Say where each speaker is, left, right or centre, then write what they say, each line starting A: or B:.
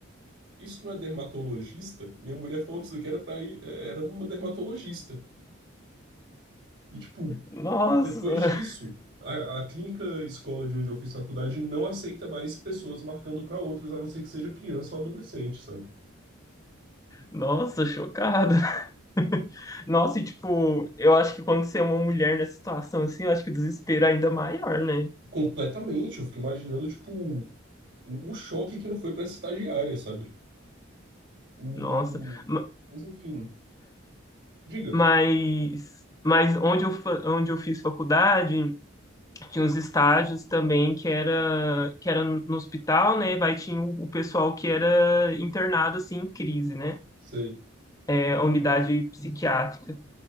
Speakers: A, on the right; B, on the left.
A: isso não é dermatologista? Minha mulher falou que isso aqui era pra ir, é, era uma dermatologista. E, tipo,
B: nossa,
A: depois
B: <laughs>
A: disso, a, a clínica escola de onde eu fiz faculdade não aceita mais pessoas marcando pra outras, a não ser que seja criança ou adolescente, sabe?
B: nossa, chocado. <laughs> Nossa, e tipo, eu acho que quando você é uma mulher nessa situação assim, eu acho que o desespero é ainda maior, né?
A: Completamente, eu fico imaginando, tipo, o, o choque que não foi pra essa estagiária, sabe? O...
B: Nossa, Ma-
A: Mas enfim, diga,
B: mas mas onde eu fa- onde eu fiz faculdade, tinha uns estágios também que era que era no hospital, né? Vai tinha o o pessoal que era internado assim em crise, né?
A: sei,
B: É, a unidade psiquiátrica.